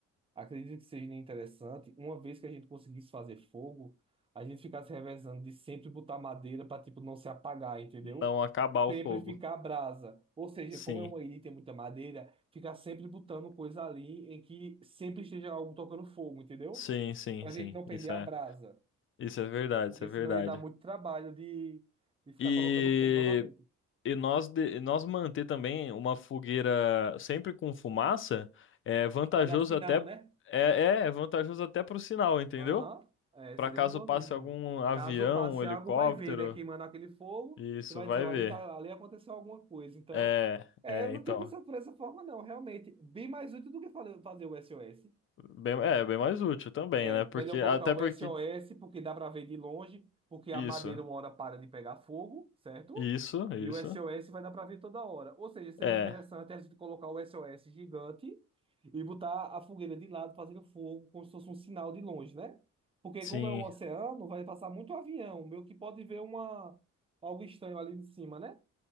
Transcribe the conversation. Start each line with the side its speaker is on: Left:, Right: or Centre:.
Right: acredito que seja interessante, uma vez que a gente conseguisse fazer fogo, a gente ficasse revezando de sempre botar madeira para tipo não se apagar, entendeu?
Left: não acabar o
Right: Sempre
Left: fogo.
Right: ficar brasa. Ou seja,
Left: Sim,
Right: como é uma ilha e tem muita madeira, ficar sempre botando coisa ali em que sempre esteja algo tocando fogo, entendeu?
Left: sim, sim,
Right: Pra
Left: sim.
Right: gente não perder
Left: Isso
Right: a
Left: é,
Right: brasa,
Left: isso é verdade,
Right: porque
Left: isso é verdade.
Right: senão ia dar muito trabalho de, de ficar
Left: E,
Right: colocando fogo novamente.
Left: e nós, de- e nós manter também uma fogueira sempre com fumaça é vantajoso
Right: Pra dar sinal,
Left: até
Right: né?
Left: é, é, é vantajoso até pro sinal, entendeu?
Right: Aham, É,
Left: Pra
Right: seria
Left: caso
Right: um bom
Left: passe
Right: mesmo.
Left: algum avião,
Right: Caso passe
Left: um helicóptero,
Right: água, vai ver, né? Queimando aquele fogo
Left: isso
Right: e vai
Left: vai
Right: dizer, ó,
Left: ver.
Right: ali, tá, ali aconteceu alguma coisa. Então,
Left: É,
Right: é,
Left: é,
Right: eu não
Left: então,
Right: tinha pensado por essa forma, não, realmente. Bem mais útil do que fale- fazer o SOS.
Left: bem, é bem mais útil também,
Right: É,
Left: né? Porque
Right: melhor colocar
Left: até
Right: o
Left: porque
Right: SOS, porque dá para ver de longe, porque
Left: isso,
Right: a madeira uma hora para de pegar fogo, certo?
Left: isso, isso.
Right: E o SOS vai dar para ver toda hora. Ou seja, seria
Left: É,
Right: interessante a gente colocar o SOS gigante e botar a fogueira de lado fazendo fogo, como se fosse um sinal de longe, né? Porque
Left: sim.
Right: como é o oceano, vai passar muito avião, meio que pode ver uma algo estranho ali de cima, né?